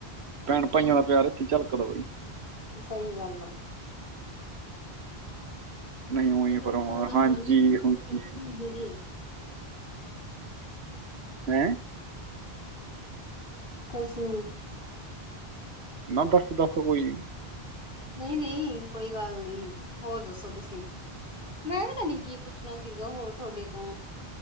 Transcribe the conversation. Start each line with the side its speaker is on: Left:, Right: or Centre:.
Right: ਭੈਣ-ਭਾਈਆਂ ਦਾ ਪੇਆਰ ਏਦਾ ਈ ਝਲਕਦਾ ਬਾਈ।
Left: ਸਈ ਗੱਲ ਆ।
Right: ਨਹੀਂ ਹੋਈ
Left: ਮੈ ਤਾ
Right: ਫਿਰ
Left: ਆਖਾ
Right: ਹੁਣ
Left: ਉਲਾ ਹੋਣਾ
Right: ਹਾਂਜੀ
Left: ਨੀ ਤੁਹੀ,
Right: ਹੋਈ
Left: <unintelligible> ਤੂੰ ਮੁਰੇਆ।
Right: ਹੈ।
Left: ਕੋਛ ਨੀ।
Right: ਨਾ, ਪਸੋਂ ਦੱਸ ਹੋਈ।
Left: ਨਈ-ਨਈ, ਕੋਈ ਗੱਲ ਨੀ, ਹੋਰ ਦੱਸੋ ਤੁਸੀ। ਮੈਂ ਪਤਾ ਨੀ ਕੀ ਪੁੱਛਣਾ ਸੀਗਾ ਹੋਰ ਥੋਡੇ ਤੋ।